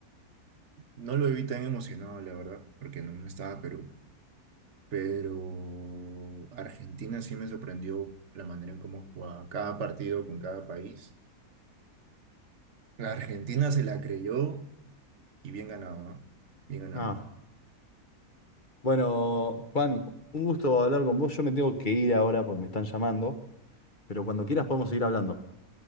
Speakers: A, on the right (about 55°); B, on the left (about 35°).
A: no lo vi tan emocionado, la verdad, porque no, no estaba Perú, pero Argentina sí me sorprendió la manera en cómo jugaba cada partido con cada país. La Argentina se la creyó y bien ganado, ¿ah? Bien ganado.
B: Ah, Bueno, Juan, un gusto hablar con vos. Yo me tengo que ir ahora porque me están llamando, pero cuando quieras podemos seguir hablando.